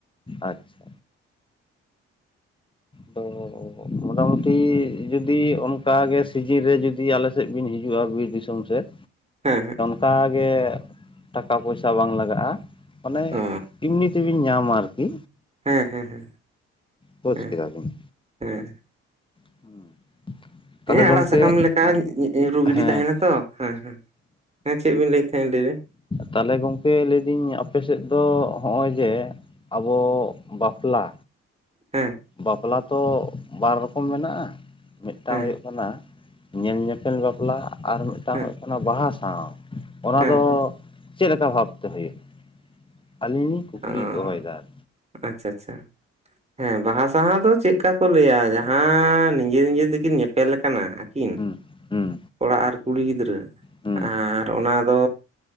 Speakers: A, on the left; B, on the right.
A: ᱟᱪᱪᱷᱟ᱾ ᱛᱚ <unintelligible> ᱢᱚᱴᱟᱢᱩᱴ ᱴᱤ ᱡᱩᱫᱤ ᱚᱱᱠᱟᱜᱮ ᱥᱤᱡᱤᱱ ᱨᱮ ᱡᱩᱫᱤ ᱟᱞᱮ ᱥᱮᱫ ᱵᱤᱱ ᱦᱤᱡᱩᱜᱼᱟ ᱵᱤᱨ ᱫᱤᱥᱚᱢ ᱥᱮᱫ
B: ᱦᱮᱸ ᱦᱮᱸ᱾
A: ᱛᱟ ᱜᱮ ᱴᱟᱠᱟ ᱯᱚᱭᱥᱟ ᱵᱟᱝ ᱞᱟᱜᱟᱜᱼᱟ ᱟᱱᱮ
B: ᱚ
A: ᱮᱢᱱᱤ ᱪᱮᱫ ᱵᱤᱱ ᱧᱟᱢᱟ ᱟᱨᱠᱤ
B: ᱦᱮᱸ ᱦᱮᱸ ᱦᱮᱸ᱾
A: ᱠᱷᱳᱡᱽ
B: ᱦᱮᱸ
A: ᱠᱮᱫᱟ ᱵᱚᱱ
B: ᱦᱮᱸ
A: <inaudible> ᱛᱟᱦᱚᱞᱮ
B: ᱦᱮᱸ ᱟᱲᱟᱜ
A: ᱜᱚᱢᱠᱮ
B: ᱥᱟᱠᱟᱢ ᱞᱮᱠᱟ ᱧᱩᱨᱩ ᱜᱤᱰᱤ
A: ᱦᱮᱸ
B: ᱛᱟᱦᱮᱸᱱᱟ᱾ ᱛᱚ ᱦᱮᱸ ᱦᱮᱸ ᱦᱮᱸ ᱪᱮᱜ ᱵᱤᱱ ᱞᱟᱹᱭ ᱮᱫ ᱛᱟᱦᱮᱸᱫ ᱞᱟᱹᱭ ᱵᱤᱱ?
A: ᱛᱟᱞᱚᱦᱮ ᱜᱚᱝᱠᱮ ᱞᱟᱹᱭ ᱫᱟᱹᱧ ᱟᱯᱮ ᱥᱮᱫ ᱫᱚ ᱦᱚᱸᱜ ᱚᱭ ᱡᱮ ᱟᱵᱚ ᱵᱟᱯᱞᱟ
B: ᱦᱮᱸ
A: ᱵᱟᱯᱞᱟ ᱛᱚ ᱵᱟᱨ ᱨᱚᱠᱚᱢ ᱢᱮᱱᱟᱜᱼᱟ ᱢᱤᱫᱴᱟᱝ
B: ᱦᱮᱸ
A: ᱦᱩᱭᱩᱜ ᱠᱟᱱᱟ ᱠᱟᱱᱟ ᱧᱮᱞ ᱧᱮᱯᱮᱞ ᱵᱟᱯᱞᱟ ᱟᱨ ᱢᱤᱫᱴᱟᱝ
B: ᱦᱮᱸ
A: ᱦᱩᱭᱩᱜ ᱠᱟᱱᱟ ᱵᱟᱦᱟ ᱥᱟᱶᱦᱟ᱾ ᱚᱱᱟ
B: ᱦᱮᱸ
A: ᱫᱚ ᱪᱮᱫ ᱞᱮᱠᱟ ᱵᱷᱟᱵ ᱛᱮ ᱦᱩᱭᱩᱜᱼᱟ? ᱟᱹᱞᱤᱧ ᱠᱩᱠᱞᱤ
B: ᱚᱸ
A: ᱫᱚᱦᱚᱭᱮᱫᱟ
B: ᱟᱪᱪᱷᱟ ᱟᱪᱪᱷᱟ᱾ ᱦᱮᱸ ᱵᱟᱦᱟ ᱥᱟᱶᱦᱟ ᱫᱚ ᱪᱮᱫ ᱠᱟ ᱠᱚ ᱞᱟᱹᱭᱼᱟ ᱡᱟᱦᱟᱸ ᱱᱤᱡᱮ ᱱᱤᱡᱮ ᱛᱮᱠᱤᱱ ᱧᱮᱯᱮᱞ ᱟᱠᱟᱱᱟ ᱠᱤᱱ
A: ᱦᱩᱸ ᱦᱩᱸ
B: ᱠᱚᱲᱟ ᱟᱨ ᱠᱩᱲᱤ ᱜᱤᱫᱽᱨᱟᱹ
A: ᱦᱩᱸ
B: ᱟᱨ ᱚᱱᱟ ᱫᱚ